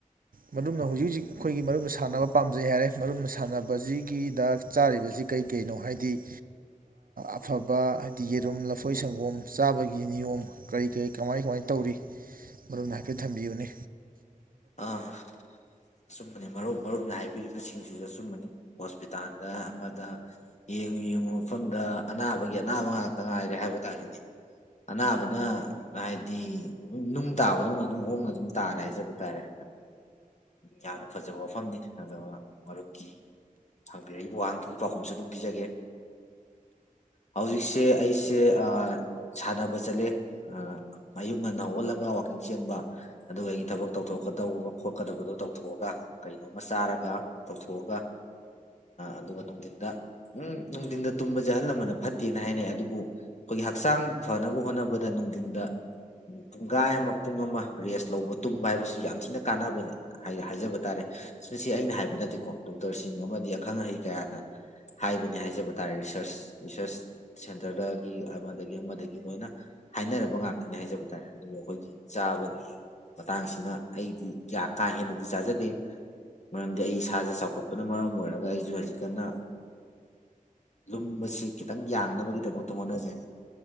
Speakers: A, on the right; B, on the left.
A: ꯃꯔꯨꯞꯅ ꯍꯧꯖꯤꯛ ꯍꯧꯖꯤꯛ ꯑꯩꯈꯣꯏꯒꯤ ꯃꯔꯨꯞꯅ ꯁꯥꯟꯅꯕ ꯄꯥꯝꯖꯩ ꯍꯥꯏꯔꯦ ꯃꯔꯨꯞꯅ ꯁꯥꯟꯅꯕꯁꯤꯒꯤꯗ ꯆꯥꯔꯤꯕꯁꯤ ꯀꯩ ꯀꯩꯅꯣ ꯍꯥꯏꯗꯤ ꯑꯐꯕ ꯍꯥꯏꯗꯤ ꯌꯦꯔꯨꯝ ꯂꯐꯣꯏ ꯁꯪꯒꯣꯝ ꯆꯥꯕꯒꯤ ꯅꯤꯌꯣꯝ ꯀꯔꯤ ꯀꯔꯤ ꯀꯃꯥꯏ ꯀꯃꯥꯏ ꯇꯧꯔꯤ ꯃꯔꯣꯝꯅ ꯍꯥꯏꯐꯦꯠ ꯊꯝꯕꯤꯌꯨꯅꯤ
B: ꯑꯥ ꯑꯆꯨꯝꯕꯅꯦ ꯃꯔꯨꯞ ꯃꯔꯨꯞꯅ ꯍꯥꯏꯕ ꯇꯕꯤꯔꯤꯕꯁꯤꯡꯁꯤꯁꯨ ꯑꯆꯨꯝꯕꯅꯤ ꯍꯣꯁꯄꯤꯇꯥꯜꯗ ꯑꯃꯗ ꯌꯦꯡꯉꯨ ꯌꯦꯡꯉꯨ ꯃꯐꯝꯗ ꯑꯅꯥꯕꯒꯤ ꯑꯅꯥꯕ ꯉꯥꯛꯇ ꯉꯥꯏꯔꯦ ꯍꯥꯏꯕ ꯇꯥꯔꯦꯅꯦ ꯑꯅꯥꯕꯅ ꯍꯥꯏꯗꯤ ꯅꯨꯡ ꯇꯥꯕꯗꯧꯅ ꯑꯗꯨꯝ ꯍꯣꯡꯅ ꯑꯗꯨꯝ ꯇꯥꯔꯦ ꯍꯥꯏꯖꯕꯅꯤ ꯍꯥꯏꯇꯥꯔꯦ ꯌꯥꯝꯅ ꯐꯖꯕ ꯋꯥꯐꯝꯅꯤ ꯑꯗꯨꯒ ꯃꯔꯨꯞꯀꯤ ꯍꯥꯡꯕꯤꯔꯛꯏꯕ ꯋꯥꯍꯪꯗꯨꯒꯤ ꯄꯥꯎꯈꯨꯝꯁꯨ ꯑꯗꯨꯝ ꯄꯤꯖꯒꯦ ꯍꯧꯖꯤꯛꯁꯦ ꯑꯩꯁꯦ ꯁꯥꯟꯅꯕ ꯆꯠꯂꯦ ꯃꯌꯨꯛ ꯉꯟꯅ ꯍꯧꯒꯜꯂꯒ ꯋꯥꯋꯥꯛꯀꯤꯡ ꯆꯦꯟꯕ ꯑꯗꯨꯒ ꯑꯩꯒꯤ ꯊꯕꯛ ꯇꯧꯊꯣꯛꯀꯗꯧꯕ ꯈꯣꯠꯀꯗꯕꯗꯣ ꯇꯧꯊꯣꯛꯑꯒ ꯀꯩꯅꯣꯝꯃ ꯆꯥꯔꯒ ꯇꯧꯊꯣꯛꯑꯒ ꯑꯗꯨꯒ ꯅꯨꯡꯊꯤꯟꯗ ꯎꯝ ꯅꯨꯡꯊꯤꯟꯗ ꯇꯨꯝꯕꯁꯦ ꯑꯍꯜ ꯂꯃꯟꯅ ꯐꯠꯇꯦꯅ ꯍꯥꯏꯅꯩ ꯑꯗꯨꯕꯨ ꯑꯩꯈꯣꯏꯒꯤ ꯍꯛꯆꯥꯡ ꯐꯅꯕ ꯍꯣꯠꯅꯕꯗ ꯅꯨꯡꯊꯤꯟꯗ ꯄꯨꯡꯈꯥꯏ ꯑꯃ ꯄꯨꯡ ꯑꯃ ꯔꯦꯁ ꯂꯧꯕ ꯍꯥꯏꯕꯁꯤ ꯌꯥꯝ ꯊꯤꯅ ꯀꯥꯟꯅꯕꯅꯦ ꯍꯥꯏ ꯍꯥꯏꯖꯕ ꯇꯥꯔꯦ ꯃꯁꯤ ꯑꯩꯅ ꯍꯥꯏꯕ ꯅꯠꯇꯦꯀꯣ ꯗꯣꯛꯇꯔꯁꯤꯡ ꯑꯃꯗꯤ ꯑꯈꯪ ꯑꯍꯩ ꯀꯌꯥꯅ ꯍꯥꯏꯕꯅꯦ ꯍꯥꯏꯖꯕ ꯇꯥꯔꯦ ꯔꯤꯁꯔꯁ ꯔꯤꯁꯔꯁ ꯁꯦꯟꯇꯔꯗꯒꯤ ꯑꯃꯗꯒꯤ ꯑꯃꯗꯒꯤ ꯂꯣꯏꯅ ꯍꯥꯏꯅꯔꯕ ꯉꯥꯛꯇꯅꯤ ꯍꯥꯏꯖꯕ ꯇꯥꯔꯦ ꯑꯗꯨꯒ ꯑꯩꯈꯣꯏꯒꯤ ꯆꯥꯕꯒꯤ ꯃꯇꯥꯡꯁꯤꯅ ꯑꯩꯗꯤ ꯀꯌꯥ ꯀꯥ ꯍꯦꯟꯅꯗꯤ ꯆꯥꯖꯗꯦ ꯃꯔꯝꯗꯤ ꯑꯩ ꯏꯁꯥꯁꯦ ꯆꯥꯎꯈꯠꯄꯅ ꯃꯔꯝ ꯑꯣꯏꯔꯒ ꯑꯩꯁꯨ ꯍꯧꯖꯤꯛꯀꯟꯅ ꯂꯨꯝꯕꯁꯤ ꯈꯤꯇꯪ ꯌꯥꯡꯅꯕꯒꯤꯗꯃꯛꯇ ꯍꯣꯠꯅꯖꯩ